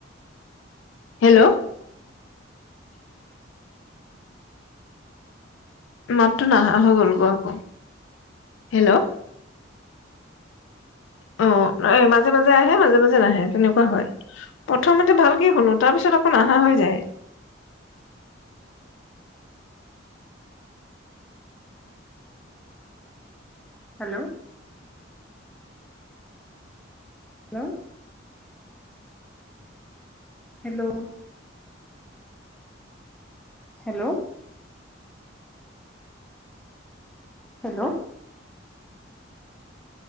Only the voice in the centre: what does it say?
হেল্ল' হা হেল্ল' হেল্ল' হেল্ল'